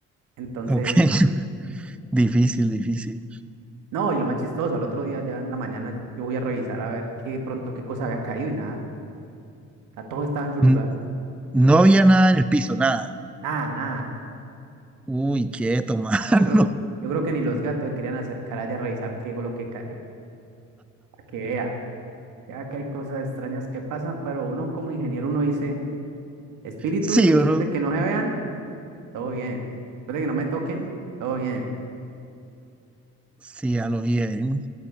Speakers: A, on the right; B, in the centre.
A: Entonces,
B: ok. <laughs> Difícil, difícil.
A: no, y lo más chistoso, al otro día ya en la mañana yo voy a revisar a ver qué pronto qué cosa había caído y nada. O sea, todo estaba en su lugar.
B: N- No había nada en el piso, nada.
A: Nada, nada.
B: Uy, quieto, <laughs> mano.
A: Yo creo, yo creo que ni los gatos se querían acercar allá a revisar qué fue lo que cayó, para que vea. Ya que hay cosas extrañas que pasan, pero uno como ingeniero, uno dice, espíritus,
B: Sí,
A: después
B: bro.
A: de que no se vean, todo bien. Después de que no me toquen, todo bien.
B: Sí, a lo bien.